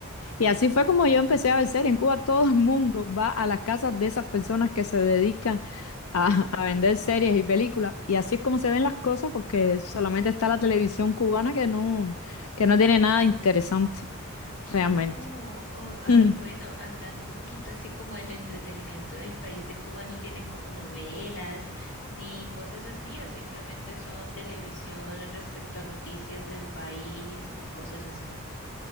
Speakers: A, on the left; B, on the left.
A: y así fue como yo empecé a ver series. En Cuba todo el mundo va a las casas de esas personas que se dedican a, a vender series y películas. Y así es como se ven las cosas porque solamente está la televisión cubana que no, que no tiene nada interesante realmente.
B: Oh, oh, ay,
A: Mm.
B: bueno, hablando un poquito así como del entretenimiento del país de Cuba, ¿no tienen como novelas ni cosas así o simplemente son televisión respecto a noticias del país y cosas así?